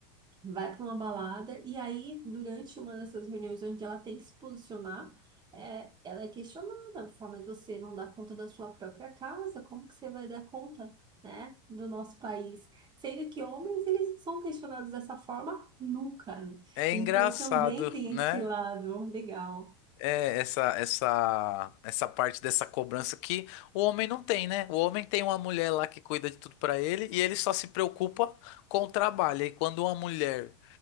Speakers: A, on the right; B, on the left.
A: vai para uma balada e aí, durante uma dessas reuniões onde ela tem que se posicionar, é, ela é questionada, a forma de você não dar conta da sua própria casa, como que você vai dar conta, né, do nosso país? Sendo que homens, eles são questionados dessa forma nunca.
B: É
A: Então,
B: engraçado,
A: também tem
B: né?
A: esse lado legal.
B: É essa essa essa parte dessa cobrança que o homem não tem, né? O homem tem uma mulher lá que cuida de tudo pra ele e ele só se preocupa com o trabalho. E quando uma mulher